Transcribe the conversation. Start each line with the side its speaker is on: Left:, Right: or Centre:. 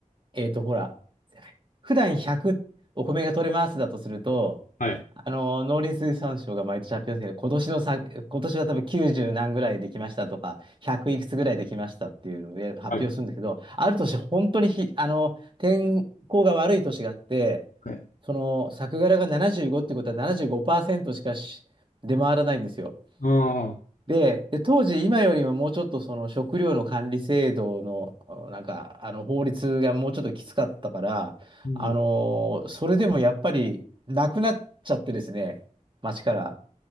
Right: えっと、ほら、普段100お米が取れますだとすると、
Left: はい。
Right: あの、農林水産省が毎年発表するけど、今年のさ、今年は多分90何ぐらいできましたとか、100いくつぐらいできましたっていうのを発表するんだけど、
Left: はい。
Right: ある年、本当にひ、あの、天候が悪い年があって、
Left: はい。
Right: その、作柄が75ってことは75%しかし出回らないんですよ。
Left: ああ、
Right: で、で、当時、今よりももうちょっとその食料の管理制度の、あのなんか、あの法律がもうちょっときつかったから、
Left: うん。
Right: あのそれでもやっぱりなくなっちゃってですね、町から。